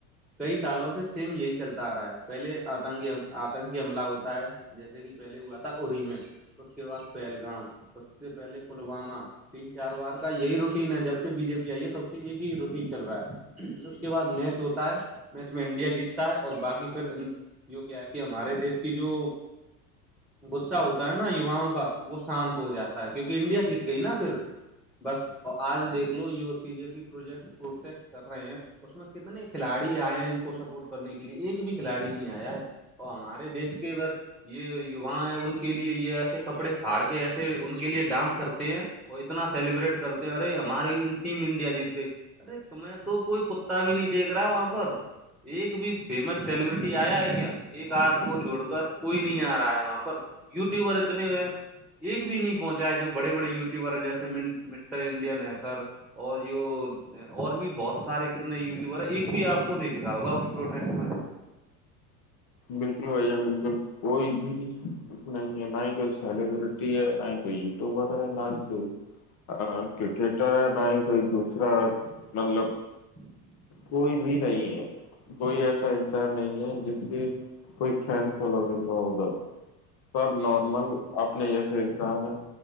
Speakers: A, in the centre; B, on the left.
A: کئی سالوں سے سیم یہی چلتا آ رہا ہے پہلے آتن آتنکی حملہ ہوتا ہے جیسے کہ پہلے ہوا تھا ای میں اس کے بعد پہلگامں اس سے پہلے پلوامہ تین چار بار کا کا یہی روٹین ہے جب سے بی جے پی آئی ہے تب سے ایک ہی روٹین چل رہا ہے اس کے بعد میچ ہوتا ہے میچ میں انڈیا جیتتا ہے اور باقی پھر یہ کیا ہے کہ ہمارے دیش کی جو غصہ ہوتا ہے نا یواؤں کا وہ شانت ہو جاتا ہے کیونکہ انڈیا جیت گئی نا پھر بس آج دیکھ لو سیزے بھی پروجیکٹ پروٹیسٹ کر رہے ہیں اس میں کتنے کھلاڑی آئے ہیں ان کو سپورٹ کرنے کے لیے ایک بھی کھلاڑی نہیں آیا ہے اور ہمارے دیش کے بس یہ یوا ہے ان کے لیے یہ ایسے کپڑے پھاڑ کے ایسے ان کے لیے ڈانس کرتے ہیں وہ اتنا سیلیبریٹ کرتے ہیں ارے ہماری ٹیم انڈیا جیت گئی ارے تمہیں تو کوئی کتا بھی نہیں دیکھ رہا وہاں پر ایک بھی فیمس سیلیبرٹی آیا ہے کیا ایک ہاتھ کو چھوڑ کر کوئی نہیں آ رہا ہے وہاں پر یوٹیوبر اتنے ایک بھی نہیں پہنچا ہے جو بڑے بڑے یوٹیوبر ہیں جیسے مسٹر انڈ ن کر اور جو اور بھی بہت سارے کتنے یوٹیوبر ایک بھی آپ کو نہیں دکھاؤگا اس پروٹیسٹ میں
B: بالکل بھائی جان بالکل کوئی بھی نہیں ہے نہ ہی کوئی سیلیبرٹی ہے نہ ہی کوئی تو بارہ لائ چل ہ کرکٹر ہے نہ ہی کوئی دوسرا مطلب
A: جی <unintelligible>
B: کوئی بھی نہیں ہے کوئی ایسا انتار نہیں ہے جس کے کوئی چینسا ادھر سب
A: جی
B: نارمل
A: جی
B: اپنے یہسسان ہے